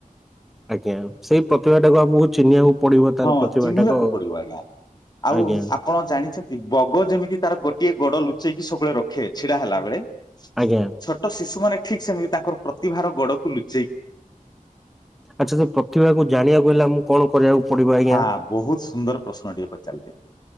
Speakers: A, in the centre; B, on the left.
A: ଆଜ୍ଞା ସେଇ ପ୍ରତିଭା ଟାକୁ ଆମକୁ ଚିହ୍ନିବାକୁ ପଡିବ ତାର
B: ହଁ
A: ପ୍ରତିଭା
B: ଚିହ୍ନିବାକୁ
A: ଟାକୁ
B: ପଡିବ ଆଜ୍ଞା ଆଉ
A: ଆଜ୍ଞା
B: ଆପଣ ଜାଣିଛନ୍ତି ବଗ ଯେମିତି ତାର ଗୋଟିଏ ଗୋଡ ଲୁଚେଇକି ସବୁବେଳେ ରଖେ ଛିଡା ହେଲା ବେଳେ
A: ଆଜ୍ଞା
B: ଛୋଟ ଶିଶୁ ମାନେ ଠିକ୍ ସେମିତି ତାଙ୍କର ପ୍ରତିଭାର ଗୋଡକୁ ଲୁଚି
A: ଆଚ୍ଛା ସେ ପ୍ରତିଭାକୁ ଜାଣିବାକୁ ହେଲା ମୁଁ କଣ କରିବାକୁ, ପଡିବ ଆଜ୍ଞା
B: ହା ବହୁତ ସୁନ୍ଦର ପ୍ରଶ୍ନ ଟିଏ ପଚାରିଲେ?